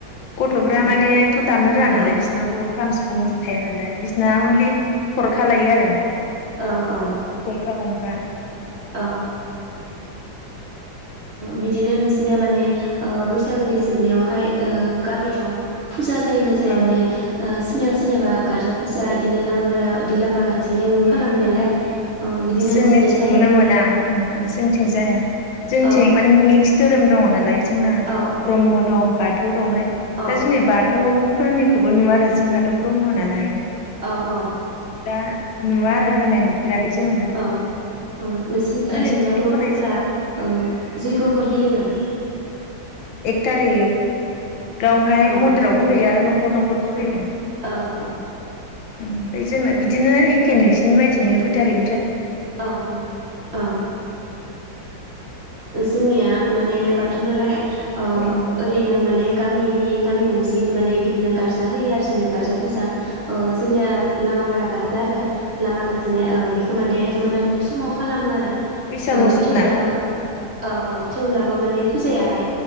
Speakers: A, on the left; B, on the right.
A: गथ'फ माने थ' दामनो रोा नालाय
B: औ
A: बिसिोरनावथ' खाम सिफुं थाया नालाय बिसिोरना अनलि खालायो आरो
B: औ औ
A: गंफा गंफा
B: औ बिदिनो नोंसिनिया माने बैसागोनि जोबनायावहाय गामियाव फुजा जायोन जे
A: अ
B: माने सोरनिाबा सोरनिाबा गारजा फुजा बिदिनो लाङा आरो बिदि लामा गथिनाय उनु खालामो नालाय ओ बिदिनो
A: जों
B: नोंसिनिया
A: मिथिं
B: जायोना
A: नुनो मोना
B: जाया
A: जोंथििं जाया जों
B: औ
A: माने मिक्स धोरोम दङ नालाय जोंना
B: औ
A: ब्रह्म दं दं ओमफ्राय
B: औ
A: दा जोंनि बाथौ फोरनिखौबो नुवा आरो जोंहाथ' ब्रह्म नालाय
B: औ औ
A: <unintelligible> नुफेराखै जोङो
B: औ ओ नोंसोरनिया
A: नोंसिनिथिंथ'
B: ओरैनो ब्रह्मफोरा
A: होनाय जायो
B: ओ जैग'फोर होयो नामा
A: थारि गावहाय
B: औ
A: मन्दिरावबो होयो आरो न न'खर न'खरबो होयो
B: औ औ
A: ओमफ्राय जोंना बिदिनो एखे नोंसनि बदि दुइ थारिख
B: औ औ औ जोंनिया माने बाथरुम नालाय ओ
A: औ
B: ओरैनो माने गामिनि गामि गंसेनि माने बेदिनो गारजा होयो आरो जोंनो गारजा फुजा ओ जोंनिया <unintelligible> गारजा आरो लामा ग बिदिनो ओ बिखौ माने दा बिलि समाव खालामो आरो
A: बैसागु
B: ओ
A: जोबना
B: थेवब्लाबो औ औ थेवब्लाबो माने फुजायाहाय